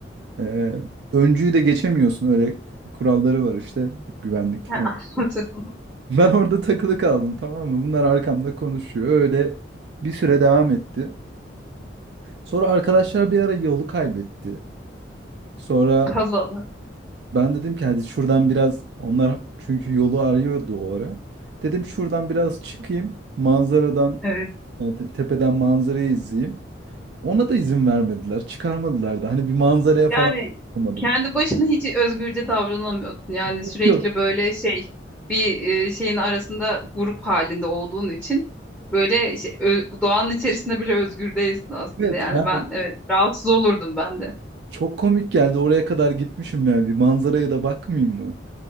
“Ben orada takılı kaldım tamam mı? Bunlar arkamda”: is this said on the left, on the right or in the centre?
Right